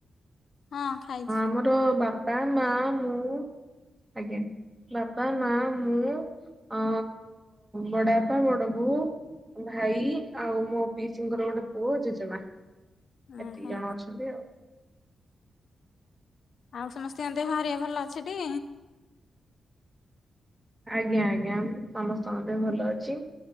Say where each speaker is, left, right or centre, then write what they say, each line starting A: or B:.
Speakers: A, on the left; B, on the right.
A: ହଁ ଖାଇଛି
B: ଆର ବାପା ମା ମୁଁ ଆଜ୍ଞା ବାପା ମା ମୁଁ ଅ ବଡଆପା ବଡ ବୋଉ ୋ ଭାଇ ଆଉ ମୋ ପି ସିଙ୍କର ଗୋଟେ ପୁଅ ଜେଜେମା ଏତିକି
A: ଓହୋ
B: ଜଣ ଅଛନ୍ତି ଆଉ
A: ଆଉ ସମସ୍ତଙ୍କ ଦେହ ହରିଆ ଭଲ ଅଛଠ
B: ଆଜ୍ଞା ଆଜ୍ଞା ସମସ୍ତ ମତେ ଭଲ ଅଛି